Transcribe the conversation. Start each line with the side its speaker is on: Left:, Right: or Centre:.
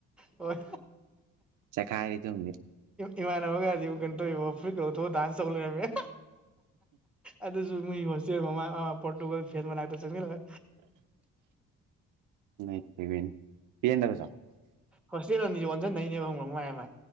Centre: ꯍꯣꯏ
Right: ꯆꯈꯥꯏꯔꯤꯗꯨꯝꯗꯤ
Centre: ꯏꯃꯥꯟꯅꯕꯒꯗꯤ ꯑꯃꯨꯛ ꯀꯩꯅꯣ ꯇꯧꯋꯕ ꯐꯨꯔꯤꯠꯀꯧꯊꯣꯛꯑ ꯗꯥꯟꯁ ꯇꯧ ꯂꯩꯔꯝꯃꯦ ꯑꯗꯨꯁꯨ ꯃꯣꯏ ꯍꯣꯁꯇꯦꯜ ꯃꯃꯥ ꯄꯣꯔꯇꯨꯒꯜ ꯐꯦꯟ ꯃꯅꯥꯛꯇ ꯆꯪꯁꯤꯜꯂꯒ
Right: ꯅꯣꯏ ꯊꯩꯅꯦ ꯄꯦꯟꯗꯕꯖ
Centre: ꯍꯣꯁꯇꯦꯜ ꯑꯅꯤꯁꯨ ꯑꯣꯟꯁꯤꯟꯗꯩꯅꯦꯕꯪꯕ ꯃꯌꯥꯝ ꯑꯃ